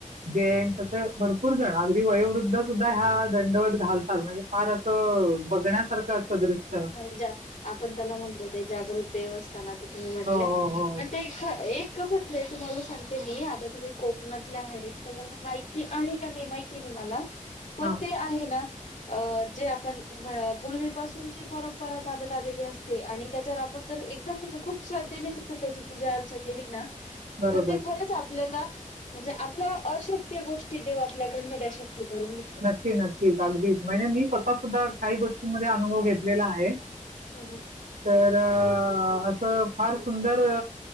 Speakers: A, on the right; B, on the left.
A: गेम्स अस भरपूर जण अगदी वयोवृद्ध सुद्धा ह्या दंडवत घालत <unintelligible> म्हणजे फार असं, बघण्यासारखं असतं दृश्य
B: म्हणजा आपण त्याला म्हणतो ते जागृत देवस्थानात हो म्हटलं,
A: हो हो
B: <unintelligible> ते इथे एक इक पण जे तुम्हाला सांगते मी आता तुम्ही कोकणातले आहेत तुमाला माहिती आहे का नाही, माहिती नाही मला. पण
A: हा
B: ते आहे ना अ जे आपण अ पूर्वीपासून जे परंपरा चालत आलेली असते, आणि त्याच्यावर आपण जर एकदम, म्हणजे खूप श्रद्धेने जर त्याची पूजा अर्चा केली ना,
A: बरोबर
B: तर ते खरंच आपल्याला म्हणजे आपल्या अशक्य गोष्टी देव आपल्याकडन त्या शक्य करून देतो.
A: नक्की, नक्कीच. अगदीच, म्हणजे मी स्वतः सुद्धा काही गोष्टींमध्ये अनुभव घेतलेला आहे.
B: हं, हं, हं.
A: तर आ असं फार सुंदर